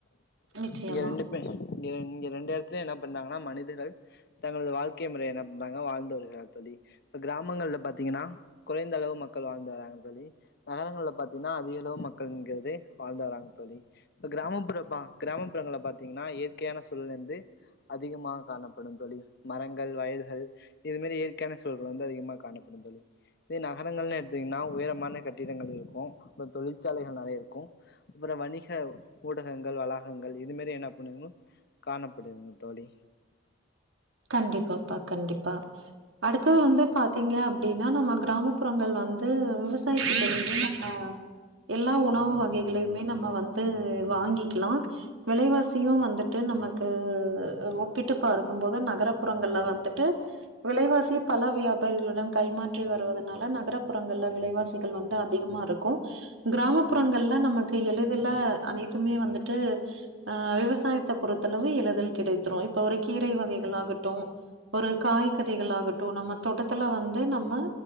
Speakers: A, on the right (about 65°); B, on the left (about 50°).
A: நிச்சயமா
B: இங்க ரெண்டு பே இங்க இங்க ரெண்டு எடத்துலயு என்ன பண்றாங்கனா மனிதர்கள் தங்களது வாழ்க்கை முறைய என்ன பண்றாங்கனா வாழ்ந்து வருகிறார்கள் தோழி இப்ப கிராம ங்கள்ல பாத்தீங்கன்னா குறைந்தளவு மக்கள் வாழ்ந்து வராங்க தோழி நகரங்கள்ல பாத்தீன்னா அதிகளவு மக்கள்ங்கறது வாழ்ந்து வராங்க தோழி இப்ப கிராமப்புற பா கிராமப்புறங்கள்ல பாத்தீங்கன்னா இயற்கையான சூழல் வந்து அதிகமாக காணப்படும் தோழி மரங்கள், வயல்கள் இது மாரி இயற்கையான சூழல்கள் வந்து அதிகமா காணப்படும் தோழி இப்ப நகரங்கள்னு எடுத்தீங்னா உயரமான கட்டிடங்கள் இருக்கு அப்றோ தொழிற்சாலைகள் நெறைய இருக்கு அப்பறோ வணிக ஊடகங்கள், வளாகங்கள் இது மாரியான <unintelligible> காணப்படுதுங்க தோழி
A: கண்டிப்பாப்பா கண்டிப்பா அடுத்தது வந்து பாத்தீங்க அப்டினா நம்ம கிராமப்புறங்கள் வந்து விவசாயிக்கிட்ட இருந்து ஆ எல்லா உணவு வகைகளையுமே நம்ம வந்து வாங்கிக்கலா விலைவாசியு வந்துட்டு நமக்கு அ ஒப்பிட்டு பார்க்கும்போது நகரப்புறங்கள்ல வந்துட்டு விலைவாசி பல வியாபாரிகளிடம் கைமாற்றி வருவதனால நகரபுறங்கள்ல விலைவாசி கள் வந்து அதிகமா இருக்கு கிராமப்புறங்கள்ல நமக்கு எளிதுல அனைத்துமே வந்துட்டு ஆ விவசாயத்த பொறுத்தளவு எளிதில் கிடைத்திரு இப்ப ஒரு கீரை வகைகளாக ட்டு ஒரு காய்கறிகள் ஆகட்டு நம்ம தோட்டத்துல வந்து நம்ம